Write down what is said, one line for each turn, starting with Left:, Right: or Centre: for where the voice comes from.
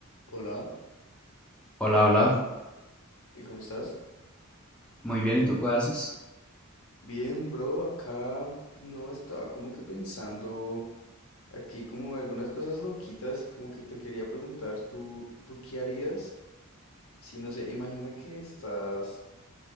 Left: Hola,
Centre: Hola, hola.
Left: ¿y cómo estás?
Centre: Muy bien, ¿y tú qué haces?
Left: Bien, bro, acá pues, no estaba como que pensando aquí como algunas cosas loquitas, como que te quería preguntar, ¿tú, tú qué harías? Si no sé, imagina que estás